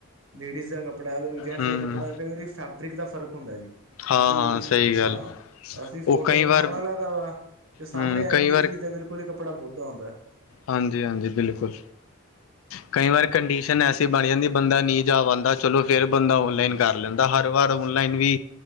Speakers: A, on the right; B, on the left.
A: ਲੇਡੀਜ਼ ਦਾ ਕਪੜਾ ਅਗਰ ਉਹ ਜੇਟਸ
B: ਹਮ
A: ਦਾ ਕੱਪੜਾ ਕਈ ਵਾਰ ਫੈਬਰਿਕ ਦਾ ਫ਼ਰਕ ਹੁੰਦਾ ਜੀ।
B: ਹਾਂ
A: ਅਸੀਂ
B: ਹਾਂ ਸਹੀ ਗੱਲ
A: ਹਾਂ। ਅਸੀਂ ਫੋਟੋ
B: ਉਹ ਕਈ
A: ਤੇ
B: ਵਾਰ
A: ਸੋਹਣਾ ਲੱਗਦਾ ਵਾ। ਸਾਮਣੇ
B: ਹਮ
A: ਆ
B: ਕਈ
A: ਜਾਂਦੀ
B: ਵਾਰ
A: ਚੀਜ਼ ਬਿਲਕੁਲ ਕਪੜਾ ਬਹੁੱਦਾ ਹੁੰਦਾ।
B: ਹਾਂਜੀ -ਹਾਂਜੀ ਬਿਲਕੁਲ। ਕਈ ਵਾਰ ਕੰਡੀਸ਼ਨ ਐਸੀ ਬਣ ਜਾਂਦੀ ਬੰਦਾ ਨਹੀਂ ਜਾ ਪਾਉਂਦਾ। ਚਲੋ ਫਿਰ ਬੰਦਾ ਔਨਲਾਈਨ ਕਰ ਕਰ ਲੈਂਦਾ। ਹਰ ਵਾਰ ਓਨਲਾਈਨ ਵੀ